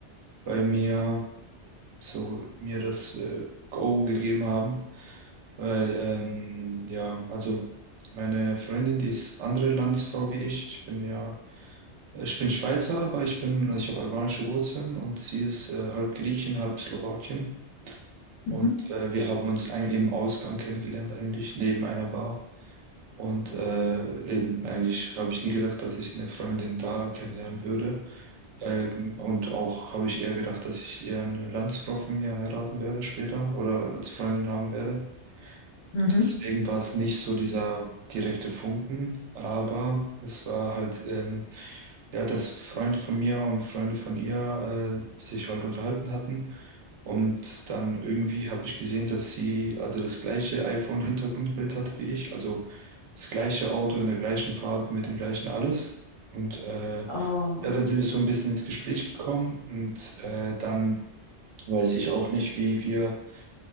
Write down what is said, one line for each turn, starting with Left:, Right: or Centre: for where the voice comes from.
Right: bei mir so mir das äh, Go gegeben haben. Weil, ähm, ja, also meine Freundin, die ist andere Landsfrau wie ich. Ich bin ja, ich bin Schweizer, aber ich bin, also ich habe albanische Wurzeln und sie ist äh, halb Griechin, halb Slowakin.
Left: Mhm.
Right: Und äh, wir haben uns ein- im Ausgang kennengelernt, eigentlich neben einer Bar. Und äh, eben eigentlich habe ich nie gedacht, dass ich eine Freundin da kennenlernen würde. Ähm, und auch habe ich eher gedacht, dass ich eher eine Landsfrau von mir heiraten werde später oder als Freundin haben werde.
Left: Mhm.
Right: Deswegen war es nicht so dieser direkte Funken, aber es war halt, ähm, ja, dass Freunde von mir und Freunde von ihr äh, sich halt unterhalten hatten. Und dann irgendwie habe ich gesehen, dass sie also das gleiche iPhone-Hintergrundbild hatte wie ich, also das gleiche Auto in der gleichen Farbe mit dem gleichen alles. Und äh,
Left: Oh,
Right: ja, dann sind wir so ein bisschen ins Gespräch gekommen und äh, dann weiß ich auch nicht, wie wir